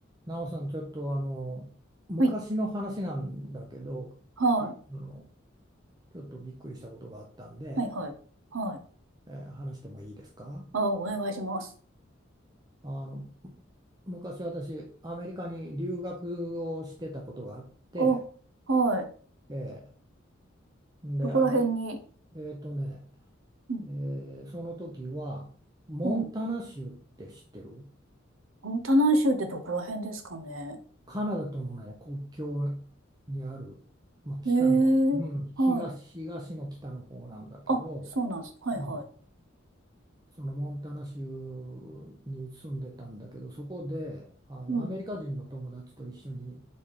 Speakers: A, on the right; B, on the right.
A: なおさん、ちょっとあの昔の話なんだけど、
B: はい、はい、
A: いあのちょっとびっくりしたことがあったんで、
B: はい、はい、はい。
A: えー話してもいいですか
B: あ、お願いします。
A: あの昔私、アメリカに留学をしてたことがあって、
B: あ、はい。
A: えーで、
B: どこら辺に、
A: アメ、えーとね、
B: うん、
A: えーその時は、モンタナ州って知ってる
B: うん。モンタナ州ってどこら辺ですかね。
A: カナダとの、ね、国境にある、まあ、北の、
B: ええ、
A: うん、東、
B: はい。
A: 東の北の方なんだけど、
B: あ、そうなんです。はい、
A: うん
B: はい。
A: そのモンタナ州に住んでたんだけどそこであのアメリカ人の友達と一緒に
B: うん、